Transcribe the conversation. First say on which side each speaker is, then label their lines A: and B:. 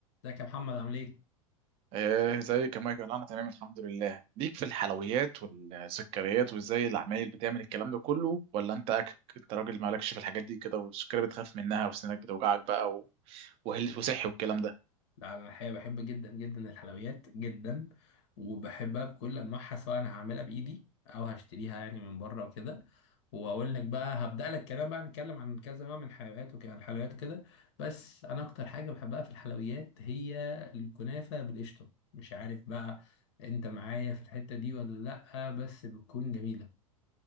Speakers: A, on the left; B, on the right.
A: ازيك يا محمد عامل ايه؟
B: ايه زي كمان كده انا تمام الحمد لله ليك في الحلويات والسكريات وازاي العمايل بتعمل الكلام ده كله ولا انت أك... انت راجل مالكش في الحاجات دي كده والسكريات بتخاف منها وسنانك بتوجعك بقى و... وهل وصحي والكلام ده
A: لا انا الحقيقه بحب جدا جدا الحلويات جدا وبحبها بكل انواعها سواء انا هعملها بايدي او هشتريها يعني من بره وكده واقول لك بقى هبدا لك كلام بقى نتكلم عن كذا نوع من الحلويات وكده الحلويات وكده بس انا اكتر حاجه بحبها في الحلويات هي الكنافه بالقشطه مش عارف بقى انت معايا في الحته دي ولا لا بس بتكون جميله